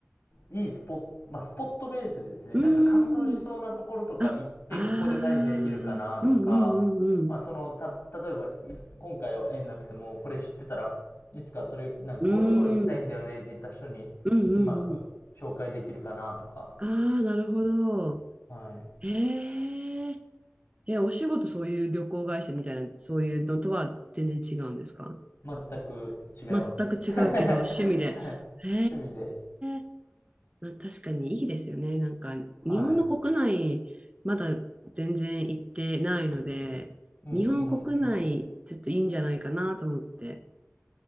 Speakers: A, on the left; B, on the right.
A: いいスポット、まあ、スポットベースでですね、
B: うん。
A: なんか感動しそうなところとか行って、
B: うーん。あ、ああ。
A: ここで何できるかなとか、
B: うんうんうんうん。
A: まあ、その、た、例えば、い今回は縁なくても、これ知ってたら、いつかそれ、なんかこういうところ行きたいんだよねって言った人に、
B: うーん。うんうんう
A: うまく紹介できるかなとか、
B: ん。ああ、なるほど。
A: はい。
B: へえ。え、お仕事そういう旅行会社みたいな、そういうのとは全然違うんですか
A: 全く違いますね。
B: 全く違うけど、
A: <laughs> はい。
B: 趣味で。へ
A: 趣味で、
B: え。まあ確かにいいですよね。なんか、日本の国内、
A: はい。
B: まだ全然行ってないので、
A: うん、
B: 日本国内、
A: うん、うん。
B: ちょっといいんじゃないかなと思って、